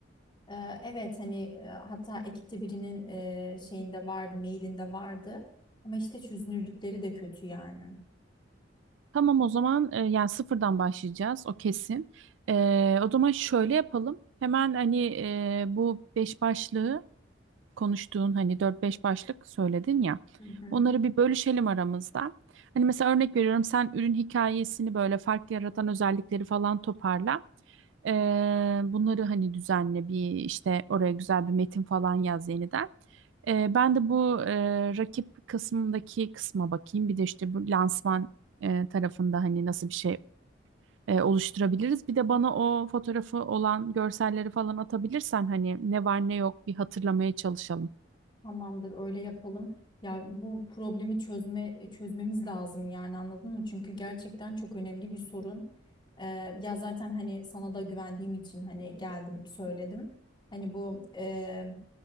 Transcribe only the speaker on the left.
Eee, evet hani eee, hatta ekipte birinin eee, şeyinde vardı, mailinde vardı. Ama işte çözünürlükleri de kötü yani.
Hı hı.
Tamamdır, öyle yapalım. Ya bu problemi çözme e, çözmemiz lazım yani anladın mı? Çünkü gerçekten çok önemli bir sorun. Ee, ya zaten hani sana da güvendiğim için hani geldim söyledim. Hani bu e,